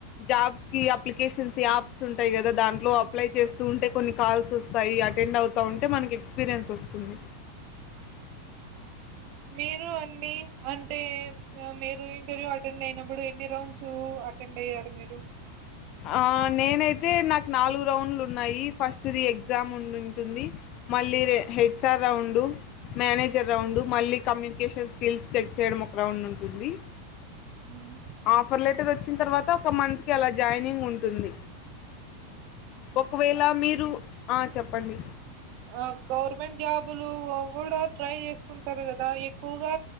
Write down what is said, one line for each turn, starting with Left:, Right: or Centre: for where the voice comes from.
Left: జాబ్స్ కి అప్లికేషన్స్ యాప్స్ ఉంటాయి కదా దాంట్లో అప్లై చేస్తూ ఉంటే కొన్ని కాల్స్ వస్తాయి అటెండ్ అవుతూ ఉంటే మనకి ఎక్స్పీరియన్స్ వస్తుంది
Right: మీరు అండి అంటే మీరు ఇంటర్వ్యూ అటెండ్ అయినప్పుడు ఎన్ని రౌండ్స్ అటెండ్ అయ్యారు మీరు
Left: ఆ నేనైతే నాకు నాలుగు రౌండ్లు ఉన్నాయి ఫస్ట్ ది ఎగ్జామ్ ఉం ఉండింటుంది మళ్ళీ రే హెచ్ఆర్ రౌండు మేనేజర్ రౌండు మళ్ళీ కమ్యూనికేషన్ స్కిల్స్ చెక్ చేయడం ఒక రౌండ్ ఉంటుంది
Right: మ్మ్.
Left: ఆఫర్ లెటర్ వచ్చిన తర్వాత ఒక మంత్ కి అలా జాయినింగ్ ఉంటుంది ఒకవేళ మీరు ఆ చెప్పండి
Right: ఆ గవర్నమెంట్ జాబులు కూడా ట్రై చేస్తుంటారు కదా ఎక్కువగా